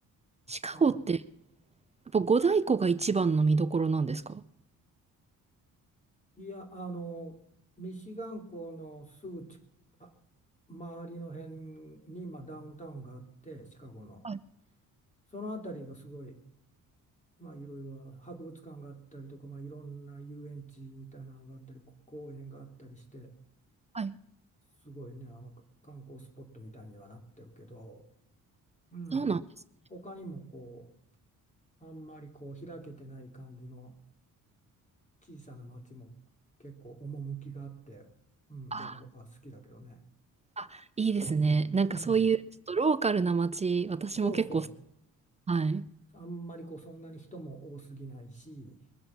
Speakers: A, on the right; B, on the left.
A: シカゴって、
B: まあ
A: やっぱ五大湖が一番の見どころなんですか
B: いや、あの、ミシガン港のすぐち、あ、周りの辺に、まあ、ダウンタウンがあって、シカゴの。
A: はい
B: その辺りがすごい、まあ、いろいろあの博物館があったりとか、まあ、いろんな遊園地みたいなのがあったり、こ公園があったりして、
A: はい。
B: すごいね、あのか観光スポットみたいにはなってるけど、うん、
A: そうなんです。
B: 他にもこう、あんまりこう開けてない感じの小さな町も結構趣があって、うん、
A: あー
B: 僕もあ好きだけどね。
A: あ、いいですね。なんかそういうちょっとローカルな街、
B: うん、
A: 私も結構好
B: そうそ
A: はい。
B: う。あんまりこうそんなに人も多すぎないし、